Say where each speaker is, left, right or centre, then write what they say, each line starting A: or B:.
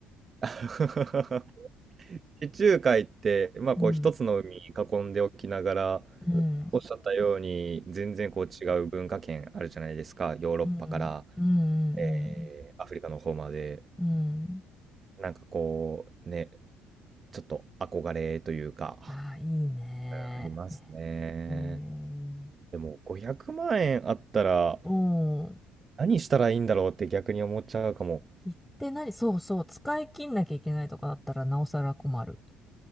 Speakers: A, on the right; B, in the centre.
A: <laughs> 地中海って、まあこう一つの海に囲んでおきながら、
B: うん、うん、
A: おっしゃったように全然こう違う文化圏あるじゃないですか。ヨーロッパから、
B: うん、うん、う
A: えー
B: ん、
A: アフリカの方まで。
B: うん。うん
A: なんかこうね、ちょっと憧れというか、
B: ああ、いいね。
A: ありますね。
B: えー、
A: でも500万円あったら
B: うん。
A: 何したらいいんだろうって逆に思っちゃうかも。
B: 行ってない、そうそう、使い切んなきゃいけないとかだったら、なおさら困る。